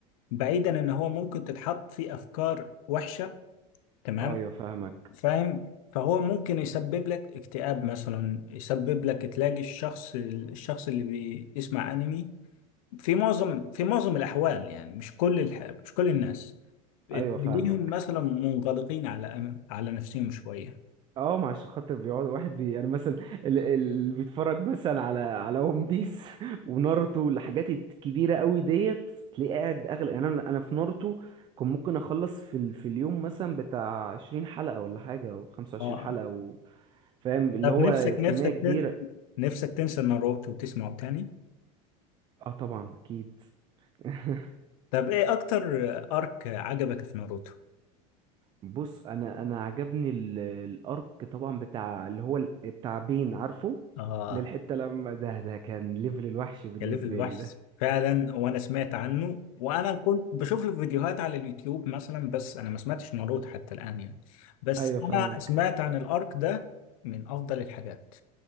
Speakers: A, on the left (about 85°); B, on the right (about 25°).
A: بعيدا ان هو ممكن تتحط فيه افكار وحشة تمام
B: ايوه فاهمك
A: فاهم فهو ممكن يسبب لك اكتئاب مثلا يسبب لك تلاقي الشخص الشخص اللي بيسمع انمي في معظم في معظم الأحوال يعني مش كل الح... مش كل الناس تلاقيهم
B: ايوه فاهمك
A: مثلا منغلقين على أم... على نفسهم شوية
B: اه ما عشان خاطر بيقعد واحد بي يعني مثلا اللي, اللي بيتفرج مثلا على على ون بيس <laughs> وناruto الحاجات الكبيره قوي ديت تلاقيه قاعد اغلى يعني انا انا في ناruto كان ممكن اخلص في ال... في اليوم مثلا بتاع 20 حلقه ولا حاجه او 25
A: اه
B: حلقه و... فاهم اللي
A: طب
B: هو
A: نفسك نفسك
B: كميه كبيره
A: ت- نفسك تنسى ناروتو وتسمعه تاني
B: اه طبعا اكيد <laughs>
A: طب ايه أكتر أرك عجبك في ناروتو؟
B: بص انا انا عجبني ال- الارك طبعا بتاع اللي هو ال- بتاع بين عارفه
A: اه
B: للحته لما ده ده كان ليفل الوحش بالنسبه
A: يا ليفل الوحش
B: لي
A: فعلا وانا سمعت عنه وانا كنت بشوف له فيديوهات على اليوتيوب مثلا بس انا ما سمعتش ناروتو حتى الان يعني بس
B: ايوه فاهمك
A: انا سمعت عن الارك ده من افضل الحاجات